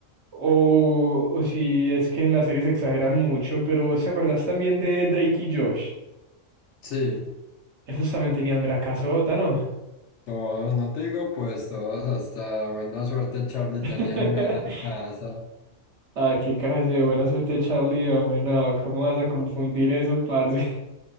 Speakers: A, on the right (about 60°); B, on the left (about 65°).
A: o, o si es que en las series exageran mucho, pero ¿se acordás también de Drake y Josh?
B: Sí,
A: Esos también tenían mera casota, ¿no?
B: todos, no te digo pues todos, hasta buena suerte Charlie
A: <laughs>
B: tenían mera casa.
A: Ah, qué cabeza de buena suerte, Charlie, hombre, no, ¿cómo vas a confundir eso, parce?